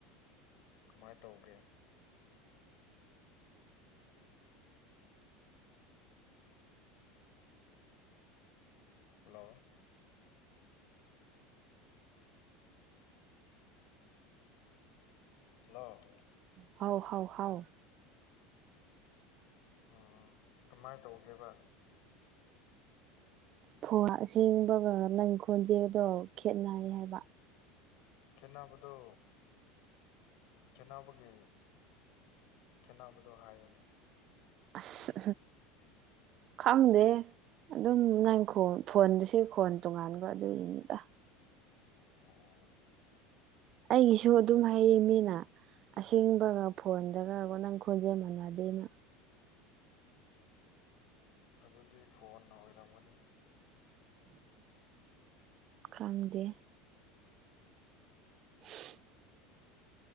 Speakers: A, on the left; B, on the right.
A: ꯀꯃꯥꯏ ꯇꯧꯒꯦ ꯍꯜꯂꯣ ꯍꯜꯂꯣ
B: ꯍꯥꯎ ꯍꯥꯎ ꯍꯥꯎ
A: ꯎ ꯀꯃꯥꯏꯅ ꯇꯧꯒꯦꯕ
B: ꯐꯍ ꯁꯦꯡꯕꯒ ꯅꯪ ꯈꯣꯟꯖꯦꯜꯗꯣ ꯈꯦꯠꯅꯩ
A: ꯎꯝ
B: ꯍꯥꯏꯕ
A: ꯈꯦꯠꯅꯕꯗꯣ ꯈꯦꯠꯅꯕꯒꯤ ꯈꯦꯠꯅꯕꯗꯣ ꯍꯥꯏꯌꯣꯅꯦ
B: ꯑꯁ ꯈꯪꯗꯦ ꯑꯗꯨꯝ ꯅꯪ ꯐꯣꯟꯗꯁꯤ ꯈꯣꯟ ꯇꯣꯡꯉꯥꯟꯕ ꯑꯗꯨꯏꯅꯤꯗ
A: ꯑꯣ
B: ꯑꯩꯒꯤꯁꯨ ꯑꯗꯨꯝ ꯍꯩꯌꯦ ꯃꯤꯅ ꯑꯁꯦꯡꯕꯒ ꯐꯣꯟꯗꯒ ꯅꯪ ꯈꯣꯟꯖꯦꯜ ꯃꯥꯟꯅꯗꯦꯅ
A: ꯑꯗꯨꯗꯤ ꯐꯣꯟꯅ ꯑꯣꯏꯔꯝꯒꯅꯤ
B: ꯈꯪꯗꯦ ꯎ <inaudible>